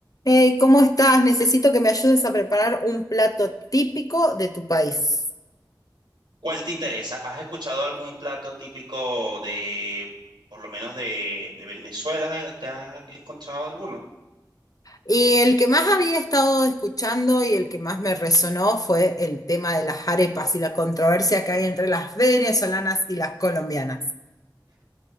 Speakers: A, on the left (about 50°); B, on the right (about 75°).
A: Hey, ¿cómo estás? Necesito que me ayudes a preparar un plato típico de tu país.
B: ¿Cuál te interesa? ¿Has escuchado algún plato típico de, por lo menos de, de Venezuela? ¿Te has encontrado alguno?
A: Y el que más había estado escuchando y el que más me resonó fue el tema de las arepas y la controversia que hay entre las venezolanas y las colombianas.